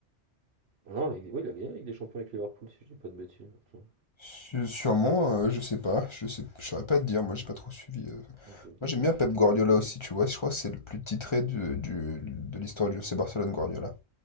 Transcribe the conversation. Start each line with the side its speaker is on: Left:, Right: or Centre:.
Right: Ah non, la Ligue- oui, il a gagné la Ligue des Champions avec Liverpool, si je dis pas de bêtises. Attends.
Left: Su- Sûrement, euh, je sais pas, je sais, je saurais pas te dire, moi j'ai pas trop suivi. euh.
Right: Moi, je,
Left: Moi j'aime
Right: je vais
Left: bien
Right: te-
Left: Pep Guardiola aussi, tu vois, je crois que c'est le plus titré du, du- de l'histoire du FC Barcelone, Guardiola.